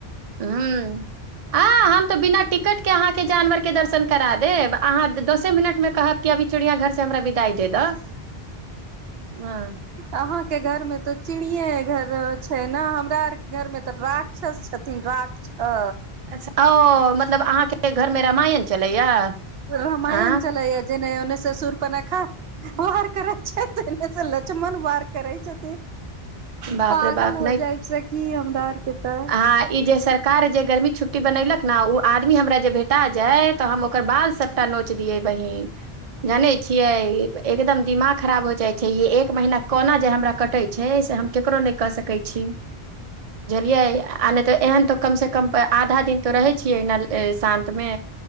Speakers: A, on the right; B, on the right.
A: हूँ आ हम तऽ बिना टिकटके अहाँके जानवरके दर्शन करा देब अहाँ द-दसे मिनटमे कहब कि अभी चिड़िया घर से हमरा विदाइ दे दऽ हाँ
B: अहाँके घरमे तऽ चिड़ियाँ यै घर छै ने हमरा आरके घरमे तऽ राक्षस छथिन रा- अ
A: अच्छा ओ मतलब अहाँके घरमे रामायण चलैया
B: रमायण
A: आ
B: चलैय जेने ओन्ने से सूर्पनखा आओर करै छै ओने से लछमन वार करै छथिन
A: बाप
B: पागल
A: रे बाप
B: हो जाइ छै की हमरा आर के तऽ
A: हाँ ई जे सरकार जे गर्मी छुट्टी बनेलक ने ओ आदमी हमरा जे भेटा जाएत तऽ हम ओकर बाल सबटा नोच दियै बहिन जानै छियै एकदम दिमाग खराब हो जाइ छै यै एक महीना कोना जे हमरा कटै छै से हम केकरो नै कह सकै छी यै आ नै तऽ एहन तऽ कम से कम आधा दिन तऽ रहै छियै न शान्तमे